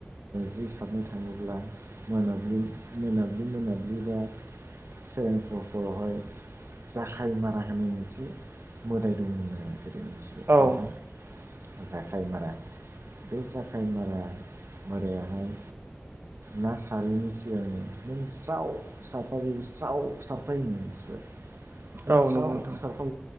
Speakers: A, on the right; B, on the right.
A: जि सारनो थाङोब्ला मोनाब्लि मोनाब्लि मोनाब्लि बा सफोर रहाय जाखाय मारा होनाय मोनसे मोदाय दंमोन आरो गोदै मिथिबाय
B: औ
A: नोंथां। जाखाय मारा बे जाखाय मारा मोरायाहाय ना सारहैनि सिगांनो नों स्राव सारफ स्राव सारफायो बिसोरो
B: औ
A: स्राव
B: नंगौ नोंथां
A: सारफा